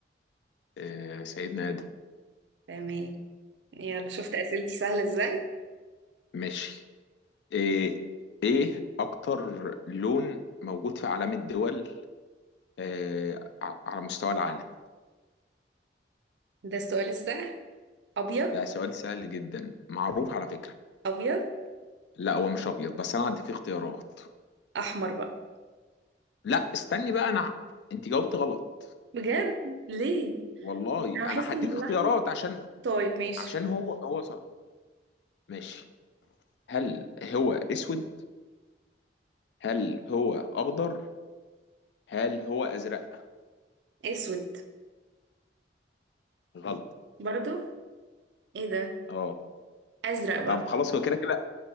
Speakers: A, on the left (about 70°); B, on the right (about 75°).
A: إيه، سيدنا آدم
B: تمام يلا شفت أسئلتي سهلة ازاي
A: ماشي إيه, إيه أكتر لون موجود في علام الدول إيه ع- على مستوى العالم؟
B: <laughs> ده السؤال السهل أبيض
A: ده سؤال سهل جدا معروف على فكرة
B: أبيض
A: لا هو مش أبيض بس أنا هديك اختيارات
B: احمر بقى
A: لا استني بقى أنا أنت جاوبت غلط
B: بجد ليه
A: والله
B: انا بحس
A: أنا هديك
B: ان الاحمر
A: اختيارات عشان
B: طيب ماشي
A: عشان هو هو صح ماشي هل هو أسود؟ هل هو أخضر؟ هل هو أزرق؟
B: اسود
A: غلط
B: برضو ايه ده
A: أه
B: ازرق بقى
A: طب خلاص هو كده كده